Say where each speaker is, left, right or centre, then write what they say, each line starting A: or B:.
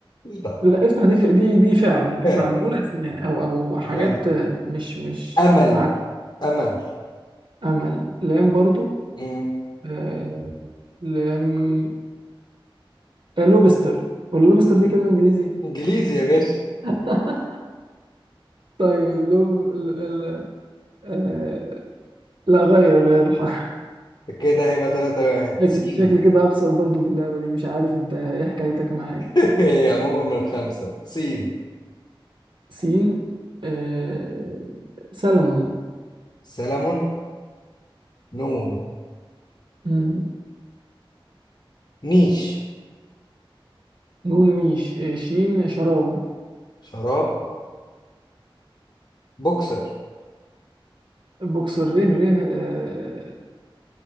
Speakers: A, on the left; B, on the right.
A: مش ده
B: لا افتح دي دي دي فعل
A: فعلا
B: احنا بنقول أسماء أو أو حاجات
A: آه.
B: آه، مش مش
A: أمل
B: أفعال
A: أمل
B: أمل لام برضو
A: مم.
B: آه لام آه لوبستر واللوبستر دي كلمة إنجليزي
A: إنجليزي يا باشا
B: <laughs> طيب لو ال... ال... آه... لا غير غير الحرف
A: كده هيبقى ثلاثة واحد
B: شكل
A: سين
B: شكل كده اخسر برضو في اللعبة دي مش عارف انت ايه حكايتك معايا
A: <laughs> هي عموما من خمسة سين
B: سين آه، سلمون
A: سلمون نون
B: مم.
A: نيش
B: نون نيش آه، شين شراب
A: شراب بوكسر
B: بوكسر ره ره آه،